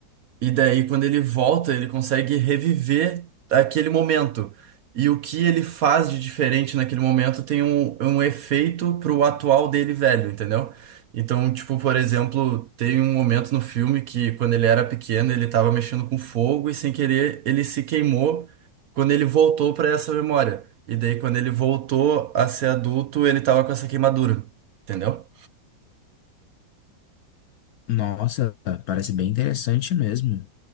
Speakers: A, on the right; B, on the left.
A: E daí, quando ele volta, ele consegue reviver aquele momento. E o que ele faz de diferente naquele momento tem um, um efeito pro atual dele velho, entendeu? Então, tipo, por exemplo, tem um momento no filme que quando ele era pequeno, ele tava mexendo com fogo e sem querer ele se queimou quando ele voltou para essa memória. E daí, quando ele voltou a ser adulto, ele tava com essa queimadura, entendeu?
B: Nossa, parece bem interessante mesmo.